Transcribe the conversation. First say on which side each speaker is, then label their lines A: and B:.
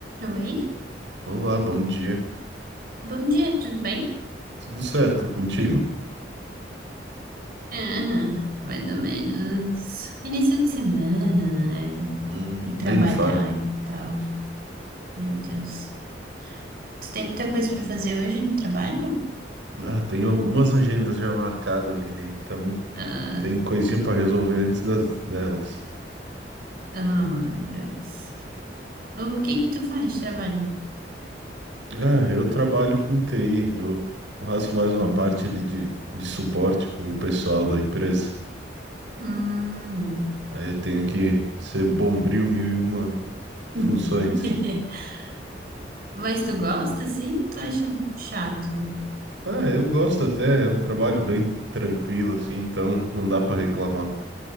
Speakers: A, on the right; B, on the right.
A: Oi,
B: Olá, bom dia.
A: bom dia, tudo bem?
B: Tudo certo contigo?
A: Ah, mais ou menos. Início de semana, né?
B: Hum,
A: E trabalhar
B: nem me fale.
A: e tal. Meu Deus. Tu tem muita coisa pra fazer hoje no trabalho?
B: Ah, tem algumas agendas já marcadas ali, então
A: Ah,
B: tem coisinha para resolver antes das, delas.
A: ah, meu Deus. O que que tu faz de trabalho?
B: Ah, eu trabalho com TI, eu faço mais uma
A: Uhum.
B: parte ali de, de suporte com o pessoal da empresa.
A: Hum.
B: Aí eu tenho que ser bombril mil e uma funções.
A: <laughs> Mas tu gosta, sim? Tu acha chato?
B: Ah, eu gosto até, é um trabalho bem tranquilo assim, então não dá para reclamar.